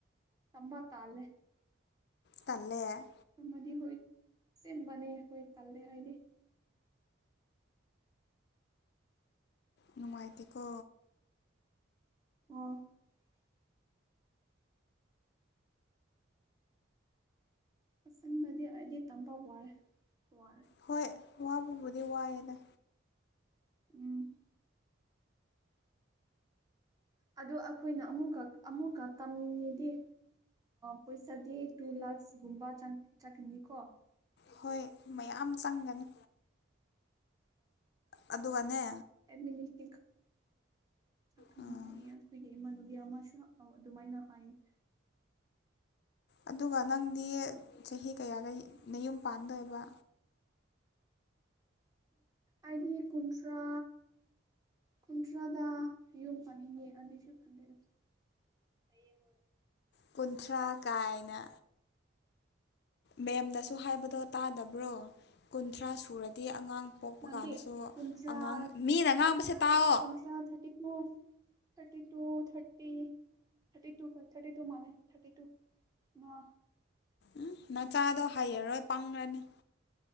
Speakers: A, on the right; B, on the left.
A: ꯇꯝꯕ ꯇꯥꯜꯦ
B: ꯇꯜꯂꯦ
A: ꯑꯃꯗꯤ ꯍꯣꯏ ꯁꯦꯝꯕꯅꯦ ꯍꯣꯏ ꯇꯜꯂꯦ ꯍꯥꯏꯗꯤ
B: ꯅꯨꯡꯉꯥꯏ ꯇꯀꯣ
A: ꯑ ꯑꯁꯟꯕꯗꯤ ꯑꯩꯗꯤ ꯇꯝꯕ ꯋꯥꯔꯦ ꯋꯥꯂꯦ
B: ꯍꯣꯏ ꯋꯥꯕꯕꯨꯗꯤ ꯋꯥꯏꯑꯦꯗ
A: ꯎꯝ ꯑꯗꯨ ꯑꯩꯈꯣꯏꯅ ꯑꯃꯨ ꯑꯃꯨꯛꯀ ꯇꯝꯅꯤꯡꯉꯤꯗꯤ ꯄꯩꯁꯥꯗꯤ ꯇꯨ ꯂꯥꯛꯁꯀꯨꯝꯕ ꯆꯪꯀꯅꯤꯀꯣ
B: ꯍꯣꯏ ꯃꯌꯥꯝ ꯆꯪꯒꯅꯤ ꯑꯗꯨꯒꯅꯦ
A: <unintelligible> ꯆꯥꯛꯀꯅꯤ
B: ꯎꯝ
A: ꯍꯥꯏꯌꯦ ꯑꯩꯈꯣꯏꯒꯤ ꯏꯃꯥꯅꯨꯒꯤ ꯑꯃꯁꯨ ꯑꯗꯨꯃꯥꯏꯅ ꯍꯥꯏꯌꯦ
B: ꯑꯗꯨꯒ ꯅꯪꯗꯤ ꯆꯍꯤ ꯀꯌꯥꯗ ꯅꯌꯨꯝ ꯄꯥꯟꯗꯣꯏꯕ
A: ꯑꯩꯗꯤ ꯀꯨꯟꯊ꯭ꯔꯥ ꯀꯨꯟꯊ꯭ꯔꯥꯗ ꯌꯨꯝ ꯄꯥꯅꯤꯡꯉꯦ ꯑꯗꯨꯁꯨ ꯈꯟꯗꯦꯔ ꯐꯌꯦꯕꯠ
B: ꯀꯨꯟꯊ꯭ꯔꯥ ꯀꯥꯏꯅ ꯃꯦꯝꯗꯁꯨ ꯍꯥꯏꯕꯗꯣ ꯇꯥꯗꯕ꯭ꯔꯣ ꯀꯨꯟꯊ꯭ꯔꯥ ꯁꯨꯔꯗꯤ ꯑꯉꯥꯡ ꯄꯣꯛꯄ
A: ꯅꯥꯟꯗꯤ
B: ꯀꯥꯟꯗꯁꯨ
A: ꯀꯨꯟꯇ꯭ꯔꯥ
B: ꯑꯉꯥꯡ ꯃꯤꯅ ꯉꯥꯡꯕꯁꯦ
A: ꯀꯨꯟꯇ꯭ꯔꯥ
B: ꯇꯥꯛꯑꯣ
A: ꯍ ꯀꯨꯟꯇ꯭ꯔꯥ ꯊꯥꯇꯃꯨ ꯊꯥꯔ ꯊꯔꯤ ꯊꯥꯔꯤ ꯍ ꯊꯥꯔꯇꯤ ꯇ ꯃꯥꯅꯦ ꯊꯥꯔꯇꯤ ꯇ ꯋꯥ
B: ꯎ ꯅꯆꯥꯗꯣ ꯍꯩꯔꯔꯣꯏ ꯄꯪꯈ꯭ꯔꯅꯤ